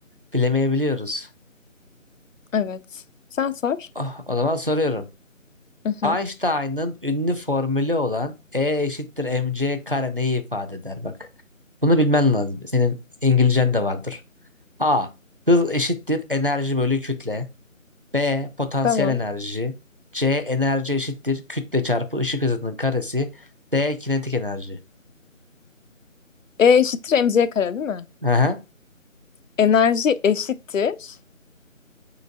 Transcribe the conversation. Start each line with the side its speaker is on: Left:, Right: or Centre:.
Right: Bilemeyebiliyoruz.
Left: Evet. Sen sor.
Right: Oh, o zaman soruyorum.
Left: Hı hı.
Right: Einstein'ın ünlü formülü olan E eşittir mc kare neyi ifade eder bak. Bunu bilmen lazım. Senin İngilizcen de vardır. A. Hız eşittir enerji bölü kütle. B. Potansiyel
Left: Tamam.
Right: enerji. C. Enerji eşittir kütle çarpı ışık hızının karesi. D. Kinetik enerji.
Left: E eşittir mc kare değil mi?
Right: Aha.
Left: Enerji eşittir.